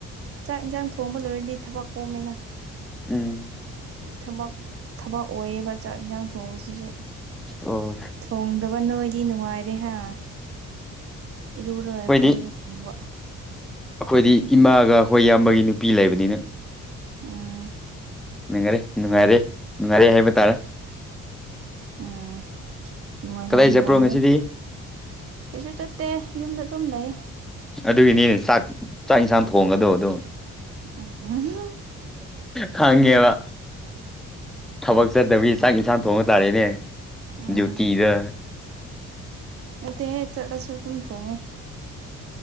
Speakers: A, on the right (about 50°); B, in the centre.
A: ꯆꯥꯛ ꯏꯟꯁꯥꯡ ꯊꯣꯡꯕ ꯂꯣꯏꯔꯗꯤ ꯊꯕꯛ ꯀꯣꯝꯃꯦꯅ
B: ꯎꯝ
A: ꯊꯕꯛ ꯊꯕꯛ ꯑꯣꯏꯌꯦꯕ ꯆꯥꯛ ꯍꯤꯟꯖꯥꯡ ꯊꯣꯡꯕꯁꯤꯁꯨ
B: ꯑꯣ
A: ꯊꯣꯡꯗꯕ ꯅꯣꯏꯗꯤ ꯅꯨꯡꯉꯥꯏꯔꯦ ꯍꯥ ꯏꯔꯨꯔ
B: ꯑꯩꯈꯣꯏꯗꯤ
A: ꯀꯣꯏꯕ <unintelligible>
B: ꯑꯩꯈꯣꯏꯗꯤ ꯏꯃꯥꯒ ꯑꯩꯈꯣꯏ ꯏꯌꯥꯝꯕꯒꯤ ꯅꯨꯄꯤ ꯂꯩꯕꯅꯤꯅ
A: ꯎꯝ
B: ꯅꯨꯡꯉꯥꯏꯔꯦ ꯅꯨꯡꯉꯥꯏꯔꯦ ꯅꯨꯡꯉꯥꯏꯔꯦ ꯍꯥꯏꯕ ꯇꯥꯔꯦ
A: ꯎꯝ ꯅꯨꯡꯉꯥꯏꯍꯧ
B: ꯀꯗꯥꯏ
A: ꯅꯨꯡꯉꯥꯏꯍꯧ
B: ꯆꯠꯄ꯭ꯔꯣ ꯉꯁꯤꯗꯤ
A: ꯀꯩꯁꯨ ꯆꯠꯇꯦ ꯌꯨꯝꯗ ꯑꯗꯨꯝ ꯂꯩ
B: ꯑꯗꯨꯒꯤꯅꯦ ꯆꯥꯛ ꯆꯥꯛ ꯏꯟꯁꯥꯡ ꯊꯣꯡꯒꯗꯣ ꯑꯗꯨꯝ
A: ꯎꯝ
B: ꯈꯪꯉꯦꯕ ꯊꯕꯛ ꯆꯠꯇꯒꯤ ꯆꯥꯛ ꯏꯟꯁꯥꯡ ꯊꯣꯡꯕ ꯇꯥꯔꯦꯅꯦ
A: ꯎꯝ
B: ꯗ꯭ꯌꯨꯇꯤꯗꯣ
A: ꯅꯠꯇꯦꯍꯦ ꯆꯠꯂꯁꯨ ꯑꯗꯨꯝ ꯊꯣꯡꯉꯦ